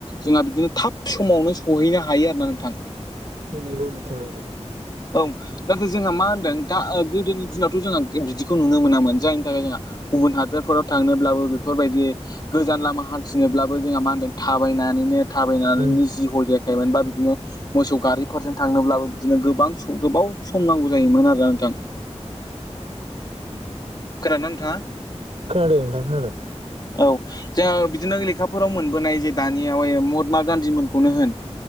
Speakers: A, on the left (about 35°); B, on the right (about 65°).
A: जोंना बिदिनो थाब समावनो सहैनो हायो आरोना नोंथां।
B: नंगौ नोंथां नंगौ।
A: औ नाथाय जोंहा मा होनदों गोदोनि दिनावथ' जोंहा बिदिखौ नुनो मोनामोन जायनि थाखाय जोंहा गुबुन हादरफोराव थांनोब्लाबो बेफोरबायदि गोजान लामा हान्थिनोब्लाबो जोंहा मा होनदों थाबायनानैनो थाबायनानैनो
B: उम
A: जि ह जायाखायोन बा बिदिनो मोसौ गारिफोरजों थांनोब्लाबो बिदिनो गोबां गोबाव सम नांगौ जायोमोन आरोा नोंथां। खोनाना नोंथाङा?
B: खोनादों नोथां खोनादों।
A: औ जोङो बिदिनो लेखाफोराव मोनबोनाय जे दानिया महात्मा गान्धी मोनखौनो होन